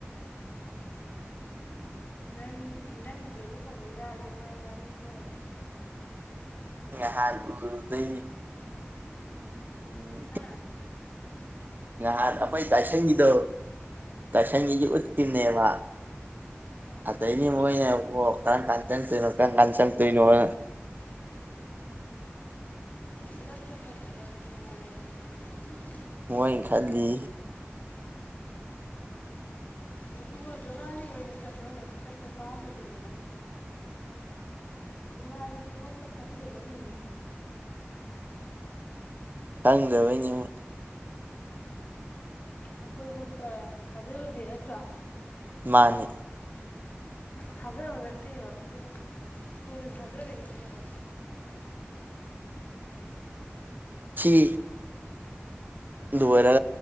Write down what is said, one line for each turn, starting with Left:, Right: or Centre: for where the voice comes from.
Left: ꯅꯪ ꯅꯪꯒꯤꯗꯤ ꯑꯗꯨ ꯐꯪꯉꯦ ꯍꯥꯏꯕꯗ ꯃꯣꯏ ꯉꯛꯄꯋꯅꯤ
Right: ꯅꯍꯥꯟ ꯎꯔꯨꯕꯗꯩꯅꯤ ꯎꯝ
Left: ꯍꯥ
Right: ꯅꯍꯥꯟ ꯑꯩꯈꯣꯏ ꯇꯥꯏꯁꯟꯒꯤꯗꯣ ꯇꯥꯏꯁꯟꯒꯤꯗꯤ
Left: ꯑꯥ
Right: ꯎꯠꯄꯤꯅꯦꯕ
Left: ꯀꯅꯥꯅꯣ
Right: ꯑꯗꯩꯗꯤ
Left: ꯎꯠꯂꯤꯕ
Right: ꯃꯣꯏꯅ ꯀꯣ ꯀꯔꯝꯀꯥꯟ ꯆꯪꯂꯛꯇꯣꯏꯅꯣ ꯀꯔꯝꯀꯥꯟ ꯆꯪꯂꯛꯇꯣꯏꯅꯣ ꯍꯥꯏꯅ <inaudible>
Left: ꯈꯨꯗꯛꯇ ꯐꯪꯒꯗꯧꯁꯤ ꯃꯉꯥꯏꯔꯦ
Right: ꯃꯣꯏꯅ ꯈꯜꯂꯤ
Left: ꯏꯕꯨꯉꯣ ꯖꯨꯒꯥꯂꯤ ꯑꯣꯏꯅ ꯆꯠꯂꯣꯅꯦ ꯈꯨꯗꯛꯇ ꯄꯥꯃꯕꯗꯤ ꯖꯨꯒꯂꯤꯗꯨ ꯐꯥꯎꯕ ꯐꯪꯗꯕꯅꯤꯅꯦ
Right: ꯈꯪꯗꯕꯒꯤꯅꯦ
Left: ꯑꯩꯈꯣꯏꯐꯥꯎꯇ ꯊꯥꯖꯔꯨꯗꯦ ꯅꯠꯇ꯭ꯔꯥ
Right: ꯃꯥꯅꯤ
Left: ꯊꯥꯖꯕ ꯅꯠꯇꯦꯕ ꯑꯗꯨꯒ ꯀꯣꯏꯅ ꯊꯥꯖꯔꯛꯏꯅꯦꯕ
Right: ꯁꯤ ꯂꯣꯏꯔ